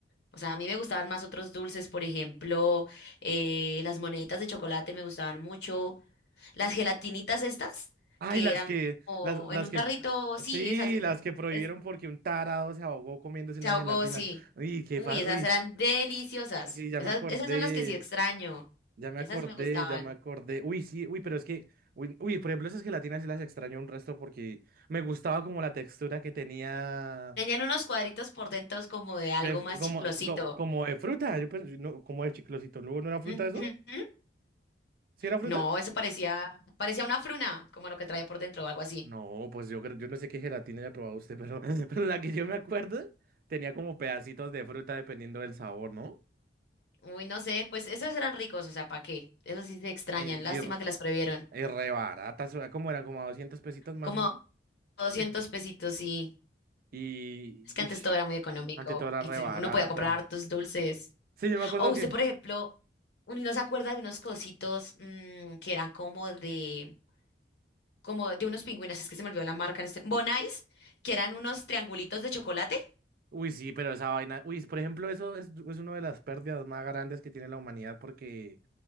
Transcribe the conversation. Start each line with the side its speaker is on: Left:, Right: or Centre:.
Left: O sea, a mí me gustaban más otros dulces, por ejemplo, eh, las moneditas de chocolate me gustaban mucho. Las gelatinitas estas,
Right: Ay,
Left: que
Right: las
Left: eran
Right: que,
Left: como
Right: las, las
Left: en un
Right: que,
Left: tarrito,
Right: sí,
Left: sí, esas, eh,
Right: las que prohibieron
Left: es-
Right: porque un tarado se ahogó comiéndose una
Left: se ahogó,
Right: gelatina.
Left: sí.
Right: Uy, qué
Left: Uy,
Right: fa,
Left: esas
Right: uy,
Left: eran deliciosas.
Right: sí, ya
Left: Esas,
Right: me acordé.
Left: esas son las que sí extraño.
Right: Ya me
Left: Esas
Right: acordé,
Left: sí me gustaban.
Right: ya me acordé. Uy, sí, uy, pero es que, uy, uy, por ejemplo, esas gelatinas sí las extraño un resto porque me gustaba como la textura que tenía,
Left: Tenían unos cuadritos por dentro como de algo
Right: de fr-
Left: más chiclosito.
Right: como, co- como, de fruta, yo pens- no, como de chiclosito. ¿No, no era
Left: Ujú.
Right: fruta eso? ¿Sí era fruta?
Left: No, eso parecía, parecía una fruna, como lo que traía por dentro o algo así.
Right: No, pues yo creo, yo no sé qué gelatina haya probado usted, pero, <laughs> pero la que yo me acuerdo tenía como pedacitos de fruta dependiendo del sabor, ¿no?
Left: Uy, no sé, pues esos eran ricos, o sea, ¿para qué? Esos sí se extrañan,
Right: En,
Left: lástima
Right: y, re,
Left: que las previeron.
Right: y re baratas, o como eran como 200 pesitos más
Left: Como
Right: o menos.
Left: doscientos
Right: Sí.
Left: pesitos sí.
Right: Y,
Left: es que
Right: uy,
Left: antes todo era muy económico
Right: ante todo era
Left: y
Right: re
Left: se-
Right: barato.
Left: uno podía comprar hartos dulces.
Right: Sí, yo me acuerdo
Left: O usted,
Right: que.
Left: por ejemplo, uno no se acuerda de unos cositos mm, que eran como de, como de unos pingüinos, es que se me olvidó la marca en este, Bonais, que eran unos triangulitos de chocolate.
Right: Uy, sí, pero esa vaina. Uy, por ejemplo, eso es, es una de las pérdidas más grandes que tiene la humanidad porque.